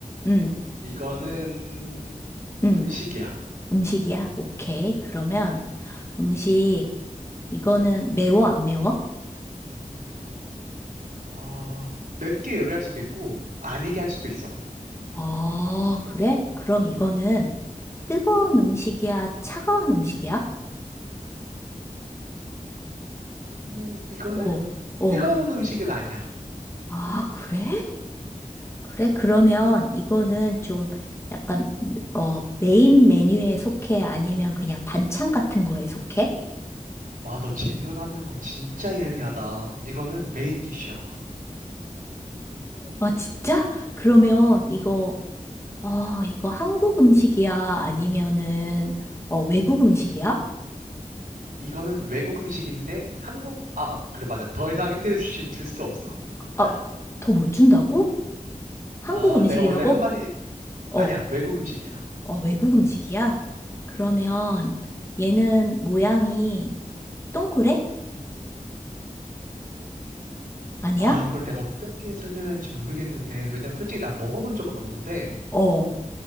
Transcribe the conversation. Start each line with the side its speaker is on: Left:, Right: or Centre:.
Left: 응,
Right: 이거는
Left: 응.
Right: 음식이야.
Left: 음식이야? 오케이. 그러면 음식, 이거는 매워, 안 매워?
Right: 어, 맵게 요리할 수도 있고, 아니게 할 수도 있어.
Left: 어, 그래? 그럼 이거는 뜨거운 음식이야? 차가운 음식이야?
Right: 음, 이거는
Left: 어, 어.
Right: 뜨거운 음식은 아니야.
Left: 아, 그래? 그래? 그러면 이거는 좀 약간, 어, 메인 메뉴에 속해? 아니면 그냥 반찬 같은 거에 속해?
Right: 와, 너 질문하는 거 진짜 예리하다. 이거는 메인 디쉬야.
Left: 아, 진짜? 그러면 이거 아, 이거 한국 음식이야? 아니면은, 어, 외국 음식이야?
Right: 이거는 외국 음식인데, 한국, 아, 그래, 맞아. 더 이상 힌트를 주실, 줄 수 없어. <laughs>
Left: 아, 더 못 준다고? 한국
Right: 아,
Left: 음식이라고?
Right: 내가 원래 한마디,
Left: 어,
Right: 아니야, 외국 음식이야.
Left: 어, 외국 음식이야? 그러면 얘는 모양이 동그래? 아니야?
Right: 아, 이걸 내가 어떻게 설명해야 될지 모르겠는데, 왜냐면 솔직히 나 먹어본 적은 없는데,
Left: 어,